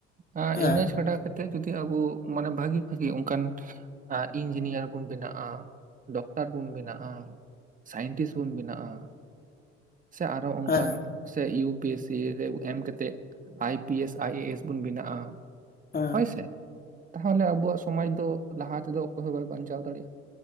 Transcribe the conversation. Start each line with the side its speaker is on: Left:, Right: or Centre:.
Right: ᱮ
Left: ᱦᱮᱸ
Right: ᱤᱱᱟᱹ ᱪᱷᱟᱰᱟ ᱠᱟᱛᱮᱜ ᱡᱚᱫᱤ ᱟᱵᱚ ᱢᱟᱱᱮ ᱵᱷᱟᱜᱤ ᱵᱷᱟᱜᱤ ᱚᱱᱠᱟᱱ ᱤᱧᱡᱤᱱᱤᱭᱟᱨ ᱵᱚᱱ ᱵᱮᱱᱟᱜᱼᱟ, ᱰᱚᱠᱴᱟᱨ ᱵᱚᱱ ᱵᱮᱱᱟᱜᱼᱟ᱾ ᱥᱟᱭᱮᱱᱴᱤᱥ ᱵᱚᱱ ᱵᱮᱱᱟᱜᱼᱟ, ᱥᱮ ᱟᱨᱚ ᱚᱱᱠᱟᱱ
Left: ᱦᱮᱸ
Right: ᱥᱮ ᱤᱭᱩ ᱯᱤᱥ ᱥᱤ ᱨᱮ ᱮᱢᱛᱮᱫ I P S I A S ᱵᱚᱱ ᱵᱮᱱᱟᱜᱼᱟ᱾
Left: ᱦᱮᱸ
Right: ᱦᱳᱭᱥᱮ, ᱛᱟᱦᱞᱮ ᱟᱵᱚᱣᱟᱜ ᱥᱚᱢᱟᱡ ᱫᱚ ᱞᱟᱦᱟ ᱛᱮᱫᱚ ᱚᱠᱚᱭ ᱦᱚᱸ ᱵᱟᱭ ᱵᱟᱧᱪᱟᱣ ᱫᱟᱲᱮᱭᱟᱜᱼᱟ᱾